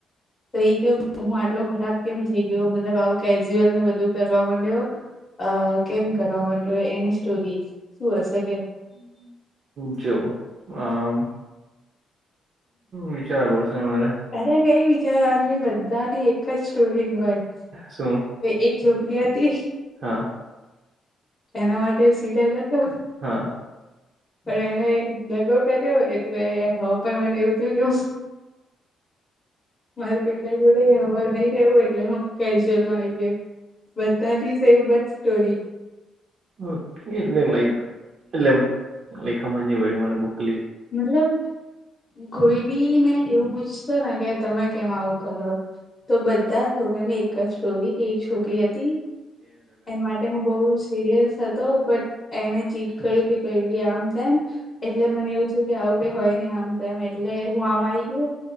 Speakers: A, on the left; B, on the right.
A: ત કે હું આટલો ખરાબ કેમ થઈ ગયો મતલબ આવું કેઝ્યુઅલ ને બધું કરવા માંડ્યો. અ કેમ કરવાડો એની સ્ટોરી શું હશે કે.
B: જો આમ વિચારવા પડશે મારે.
A: અરે કઈ વીચારવાની બધા બી એક જ સ્ટોરી હોય.
B: શું
A: એક છોકરી હતી.
B: હા
A: એના માટે સિરિયસ હતો.
B: હા
A: પણ એણે દગો કર્યોય એટલે હ પણ મને એવું થયું કે હૂ મારે પેલા જોડે હવે નહી રહેવું એટલે હું કેજ્યુઅલ મા આય ગયો. બધા ની સેમ જ સ્ટોરી.
B: ઓકે એટલે લાઈક એટલે લાઈક સમજ ની પડી મને બહ
A: મતલબ કોઈ બી ને એવું પૂછશ તો ને કે તમે કેમ આવું કરો તો બધા. છોગા ને એક જ છરી. એક છોકરી હતી એના માટે હું બહુ સિરિયસ હતો બટ. એણે ચીટ કર્યું કે કઈ આમ તેમમ એટલે મને એવું થું કે આવું કઈ હોય નને આમ. તેમ એટલે હું આમ આવી ગયું